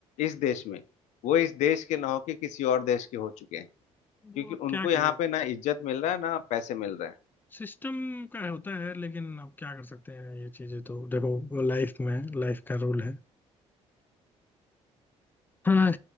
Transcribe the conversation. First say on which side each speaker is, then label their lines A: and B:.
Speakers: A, on the left (about 85°); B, on the left (about 15°).
A: इस देश में वो इस देश के ना होके किसी और देश के हो चुके हैं
B: वो
A: क्योंकि
B: अब
A: उनको
B: क्या
A: यहाँ
B: करे
A: पे ना इज्जत मिल रहा है ना पैसे मिल रहे हैं
B: सिस्टम का होता है लेकिन अब क्या कर सकते हैं ये चीजें तो देखो लाइफ में लाइफ का रूल है हाँ